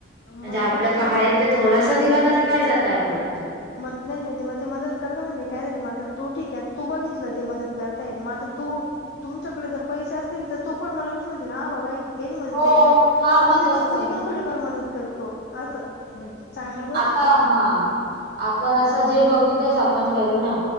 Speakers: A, on the right (about 60°); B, on the left (about 60°).
A: म्हणजे
B: मग
A: आपल्याकडे
B: तेच नाही नाही
A: आहे, ते थोडासा दिला तरी काय जातंय आपला.
B: माधनं नाही मग ते मदत करता म्हणजे काय झालं मग आता तो ठीक आहे. तू बघितलं ते मदत करताय. म आता तू तुमच्याकडे जर पैसे असतील, तर तूपण मग लगेच म्हणशील, हा बाबा हे ने मदत
A: हो
B: केली का.
A: हा
B: म आता
A: मग
B: मीपण
A: तसच
B: मीपण
A: आहे ना
B: थोडीफार मदत करतो. असं म चांगल्या गोष्टी
A: आहा आपणं असं जे बघू, तेच आपणं करू ना.